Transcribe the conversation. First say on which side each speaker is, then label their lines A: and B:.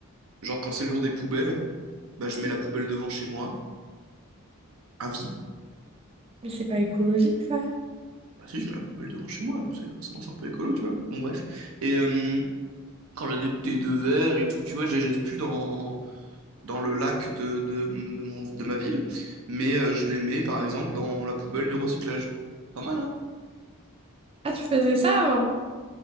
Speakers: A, on the right; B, on the right.
A: genre quand c'est le jour des poubelles, bah je mets la poubelle devant chez moi, à vie.
B: Mais c'est pas écologique, ça.
A: Bah si, je mets la poubelle devant chez moi, donc c'est forcément c'est un peu écolo, tu vois. Bon, bref. Et euh, quand j'ai des bouteilles de verre et tout, tu vois, je les jette plus dans, dans le lac de, de, de mon, de ma ville, mais euh, je les mets, par exemple, dans la poubelle du recyclage. Pas mal, hein?
B: Ah, tu faisais ça avant?